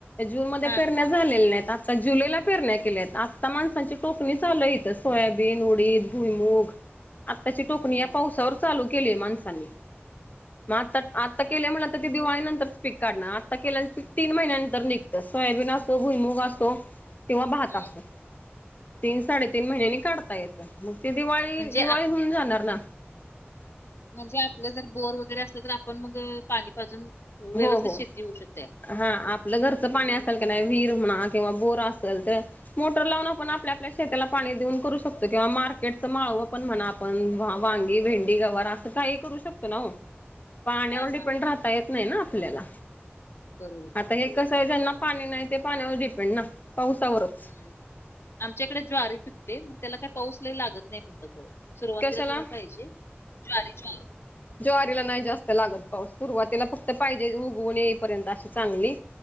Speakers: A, on the left; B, on the left.
A: जूनमध्ये
B: हा
A: पेरण्या झालेले नाहीत, आता जुलैला पेरण्या केल्या आहेत आता माणसांची टोकणी चालु आहे इथं सोयाबीन, उडीद भुईमूग. आत्ताची टोकणी
B: हम्म
A: या पावसावर चालू केली माणसांनी म आता-आत. आता केल्या म्हन त ते दिवाळीनंतरच पीकं काढणार आता केलंलं पीक तीन महिन्यानंतर निघतं सोयाबीन असो, भुईमुग असो तो किंवा भात
B: हम्म
A: असो, तीन साडेतीन महिन्यानी काढता येतं. मग ते दिवाळी-दिवाळी
B: म्हणजे आ
A: हूंन जाणार ना?
B: म्हणजे आपलं जर बोर वगैरे असलं, तर आपण मग पाणी पाजून व्यवस्थित
A: हो हो
B: शेती होऊ शकते.
A: हा आपलं
B: हम्म
A: घरचं पाणी
B: हम्म
A: असलं का नाही वीहीर म्हणा, किंवा बोर असल त मोटर लावून आपण
B: हम्म.
A: आपल्या आपल्या शेताला पाणी देऊन करू शकतो, किंवा मार्केट च माळव पण म्हणा आपण वांगी, भेंडी, गवार असं काही करू शकतो ना ओ. पाण्यावर
B: हा
A: डिपेंड
B: हा
A: राहता येत नाही ना आपल्याला,
B: बरोबर
A: आता हे कस आहे ज्यांना पाणी नाही ते पाण्यावर डिपेंड ना, पावसावरच.
B: हूं आमच्याईकडे ज्वारीे पिकते, म त्याला काही पाऊस लयी लागत नाही म्हणतात बाबा. सुरुवातीला
A: कशाला
B: तेवढा पाहिजे ज्वारी ज्वारी.
A: ज्वारीला नाही जास्त लागत पाऊस, सुरुवातीला फक्त पाहिजे उगवून येईपर्यंत अशी चांगली.